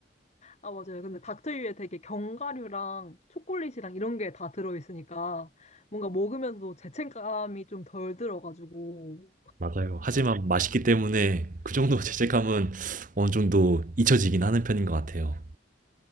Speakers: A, on the left; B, on the right.
A: 아, 맞아요. 근데 닥터유에 되게 견과류랑 초콜릿이랑 이런 게 다 들어있으니까 뭔가 먹으면서도 죄책감이 좀 덜 들어가지고.
B: 맞아요. 하지만 맛있기 때문에 그 정도 <laughs> 죄책감은 어느 정도 잊혀지긴 하는 편인 것 같아요.